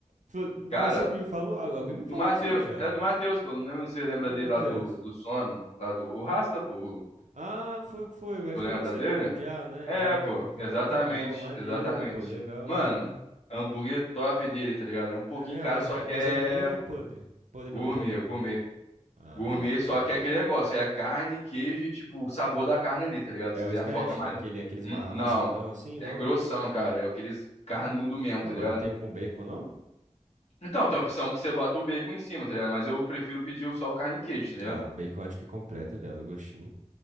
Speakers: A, on the right; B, on the left.
A: vo- você
B: Cara,
A: que me falou, al- alguém me falou
B: do Matheus,
A: disso aí já.
B: é do Matheus, pô. Não lembro se você lembra
A: E
B: dele
A: aí, Matheus?
B: lá do, do Sono, lá do... O Rasta, pô.
A: Ah, foi, foi, acho
B: Tu lembra
A: que foi você
B: dele?
A: mesmo, o Já, né?
B: É,
A: Já
B: pô.
A: que, que fala.
B: Exatamente,
A: Então, bom, maneiro,
B: exatamente.
A: pô, legal, legal.
B: Mano... Hambúrguer top dele, tá ligado? É um pouquinho
A: É mesmo,
B: caro,
A: mas
B: só
A: é,
B: que
A: mas
B: é
A: é gourmet ou é podre? Podre
B: Gourmet,
A: não, podrão.
B: gourmet.
A: Ah,
B: Gourmet, só
A: é top.
B: que é aquele negócio, era carne, queijo e, tipo, o sabor da carne ali, tá ligado?
A: É
B: Vocês
A: o smash,
B: já focam mais.
A: É aquele,
B: no-
A: aqueles
B: Hum,
A: ma- amassadão
B: Não,
A: assim,
B: é
A: não?
B: grossão, cara. É aqueles carnudo mesmo,
A: Não,
B: tá
A: mas
B: ligado?
A: não tem um com bacon, não?
B: Então, tem a opção que você bota o bacon em cima, tá ligado? Mas eu prefiro pedir o só o carne e queijo, tá ligado?
A: Ah, bacon acho que completa, viado, o gostinho.